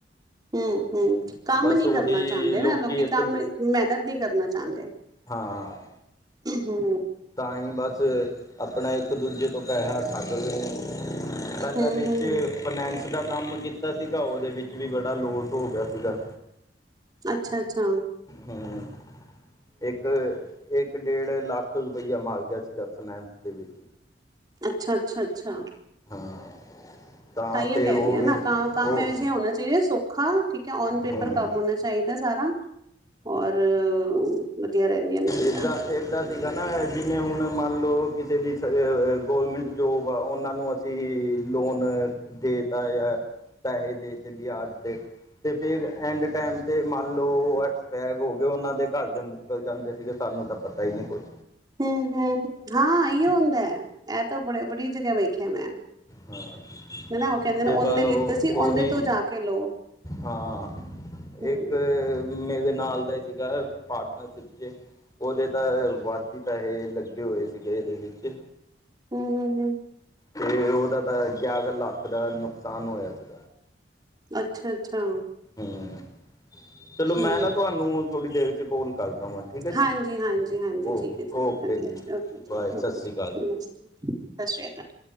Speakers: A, on the right; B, on the left.
A: ਹੂੰ ਹੂੰ ਕੰਮ
B: ਬਸ
A: ਨਹੀਂ
B: ਉਹੀ
A: ਕਰਨਾ ਚਾਹੁੰਦੇ ਨਾ ਲੋਕੀ
B: ਇੱਕ
A: ਕੰਮ ਮਿਹਨਤ ਨਹੀਂ ਕਰਨਾ ਚਾਹੁੰਦੇ।
B: ਹਾਂ।
A: ਹੂੰ
B: ਤਾਂ ਹੀ ਬਸ ਆਪਣਾ ਇੱਕ ਦੂਜੇ ਤੋਂ ਪੈਸਾ ਠੱਗਦੇ ਨੇ। ਪਹਿਲਾ
A: ਹੂੰ
B: ਦੇ
A: ਹੂੰ
B: ਤੇ
A: ਹੂੰ
B: ਫਨੈਂਸ ਦਾ ਕੰਮ ਕੀਤਾ ਸੀਗਾ, ਉਹਦੇ ਵਿੱਚ ਵੀ ਬੜਾ ਲੋਸ ਹੋ ਗਿਆ ਸੀਗਾ।
A: ਅੱਛਾ-ਅੱਛਾ।
B: ਹਮ ਇੱਕ, ਇੱਕ ਇੱਕ ਡੇਢ ਲੱਖ ਰੁਪਈਆ ਮਾਰ ਗਿਆ ਸੀਗਾ ਫਨੈਂਸ ਦੇ ਵਿੱਚ
A: ਅੱਛਾ, ਅੱਛਾ, ਅੱਛਾ,
B: ਹਾਂ ਤਾਂ
A: ਤਾਹੀਂਓ
B: ਫਿਰ
A: ਕਹਿ
B: ਉਹ
A: ਰਹੀਆਂ
B: ਵੀ
A: ਨਾ ਕ ਕੰਮ
B: ਉਹ
A: ਇਹੇ ਜਿਹ ਹਾ ਹੋਣਾ ਚਾਹੀਦਾ ਸੌਖਾ ਠੀਕ ਹੈ ਔਨ ਪੇਪਰ
B: ਹੂੰ
A: ਕੰਮ ਹੋਣਾ ਚਾਹੀਦਾ ਸਾਰਾ ਹੋਰ ਵਧੀਆ ਰਹਿੰਦੀਆਂ ਨੇ। ਚੀਜ਼ਾਂ
B: ਏਦਾਂ- ਏਦਾਂ ਠੀਕ ਨਾ ਜਿਵੇਂ ਹੁਣ ਮੰਨ ਲਓ ਕਿਸੇ ਦੀ ਗੌਰਮੈਂਟ ਜੋਬ ਆ ਉਹਨਾਂ ਨੂੰ ਤੀ ਲੋਨ ਦੇਤਾ, ਜਾਂ ਪੈਹੇ ਦੇਤੇ ਬਿਆਜ ਤੇ ਤੇ ਫਿਰ ਐਂਡ ਟਾਈਮ ਤੇ ਮੰਨ ਲਓ ਉਹ ਐਕਸਪਾਇਰ ਹੋ ਗਏ ਉਹਨਾਂ ਦੇ ਘਰ ਦੇ ਮੁੱਕਰ ਜਾਂਦੇ ਸੀਗੇ। ਸਾਨੂੰ ਤਾਂ ਪਤਾ ਹੀ ਨਹੀਂ ਕੁਛ।
A: ਹੁੰ, ਹੁੰ, ਹਾਂ ਏਈਓ ਹੁੰਦਾ ਐ, ਇਹ ਤਾਂ ਬੜ ਬੜੀ ਜਗ੍ਹਾ ਵੇਖਿਆ ਮੈਂ
B: ਹਾਂ।
A: ਹਨਾ ਉਹ ਕਹਿੰਦੇ
B: ਤੇ
A: ਨੇ ਉਹਨੇ
B: ਬਸ
A: ਲਿੱਤੇ
B: ਉਹ
A: ਸੀ ਉਹਦੇ
B: ਉਹੀ
A: ਤੋਂ ਜਾ ਕੇ ਲਓ
B: ਹਾਂ
A: ਹੂੰ
B: ਇੱਕ ਮੇਰੇ ਨਾਲ ਦਾ ਹੀ ਸੀਗਾ ਪਾਰਟਨਰਸ਼ਿਪ ਚ ਉਹਦੇ ਤਾਂ ਵੱਧ ਹੀ ਪੈਹੇ ਲੱਗੇ ਹੋਏ ਸੀਗੇ ਇਹਦੇ ਵਿੱਚ।
A: ਹੂੰ ਹੂੰ ਹੂੰ
B: ਤੇ ਉਹਦਾ ਤਾਂ ਗਿਆਰਾ ਲੱਖ ਦਾ ਨੁਕਸਾਨ ਹੋਇਆ ਸੀ।
A: ਅੱਛਾ- ਅੱਛਾ।
B: ਹਾਂ, ਚਲੋ ਮੈਂ
A: ਹੂੰ
B: ਨਾ ਤੁਹਾਨੂੰ ਥੋੜੀ ਦੇਰ ਬਾਅਦ ਚ' ਕੋਲ ਕਰਦਾਵਾਂ, ਠੀਕ ਹੈ ਜੀ।
A: ਹਾਂਜੀ ਹਾਂਜੀ ਹਾਂਜੀ
B: ਓ
A: ਠੀਕ ਹੈ
B: ਓਕੇ
A: ਵਧੀਆ
B: ਜੀ,
A: ਓਕੇ ਜੀ
B: ਭਾਏ, ਸਤਿ
A: ਓਕੇ
B: ਸ਼੍ਰੀ ਅਕਾਲ ਜੀ।
A: ਨਮਸਤੇ ਸਤਿ ਸ੍ਰੀ ਅਕਾਲ।